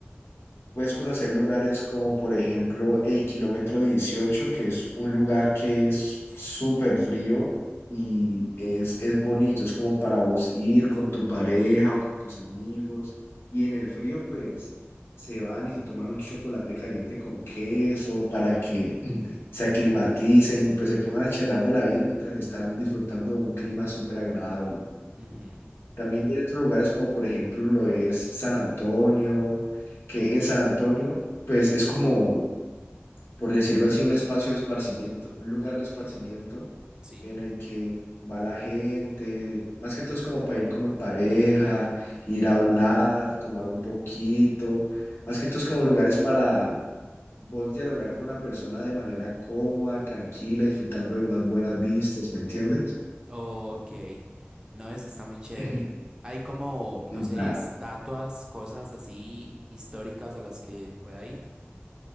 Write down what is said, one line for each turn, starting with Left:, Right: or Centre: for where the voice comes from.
Left: Puedes conocer lugares como, por ejemplo, el kilómetro dieciocho que es
Right: Ujú.
Left: un lugar que es súper frío y es, es bonito, es como para vos ir con tu pareja, con tus amigos. Y en el frío, pues, se van y se toman un chocolate caliente con queso para que <clears throat> se aclimaticen y pues se pongan a charlar de la vida mientras están disfrutando de un clima súper agradable.
Right: Ujú,
Left: También hay otros lugares como por ejemplo lo es San Antonio, que en San Antonio pues es como, por decirlo así, un espacio de esparcimiento, un lugar de esparcimiento
Right: Sí.
Left: en el que va la gente, más que todo es como para ir como en pareja, ir a hablar, tomar un poquito, más que todo es como lugares para vos dialogar con una persona de manera cómoda, tranquila, disfrutando de unas buenas vistas, ¿me entiendes?
Right: Ok, no, eso está muy chévere.
Left: <laughs>
Right: Hay como, no
Left: Ya.
Right: sé, estatuas, cosas así históricas a las que pueda ir.